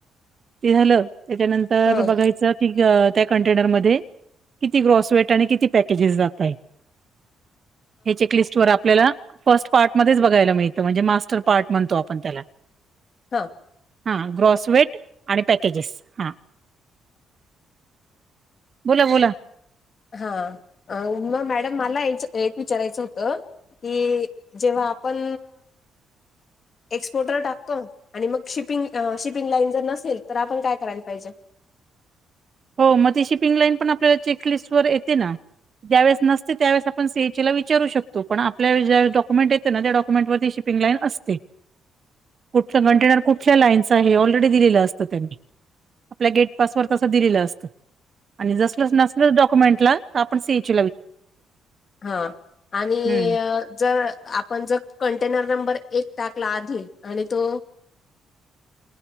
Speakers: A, on the right (about 45°); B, on the left (about 45°).
A: ते झालं त्याच्यानंतर
B: हां
A: बघायचं ठीक त्या कंटेनरमध्ये किती ग्रॉस वेट आणि किती पॅकेजेस जात आहे. हे चेकलिस्ट वर आपल्याला फर्स्ट पार्ट मध्येच बघायला मिळतं म्हणजे मास्टर पार्ट म्हणतो आपण त्याला
B: हा
A: हा ग्रॉसवेट आणि पॅकेजेस हा बोला-बोला
B: हा उमा मॅडम मला एक विचारयचं होतं की जेव्हा पण एक्सपोर्टर टाकतो ना आणि मग शिपिंग-शिपिंग लाईन जर नसेल तर आपण काय करायला पाहिजे?
A: हो मग ते शिपिंग लाईन पण आपल्याला चेकलिस्ट वर येते ना. ज्यावेळेस नसते त्यावेळेस आपण सी एच ला विचारू शकतो पण आपल्या जेव्हा डक्युमेंट येते ना त्या डक्युमेंटर श शिपिंग लाईन असते.
B: <inaudible> <unintelligible>
A: कुठल कंटेनर कुठल्या लाईनच हे ऑलरेडी दिलेलं असतं त्यांनी आपल्या गेटपासवर तसं दिलेलं असतं आणि जसल नसल डॉक्युमेंटला तो आपण सी एच ला
B: हा आणि
A: हम्म
B: जर आपण जर कंटेनर नंबर एक टाकला आधी आणि तो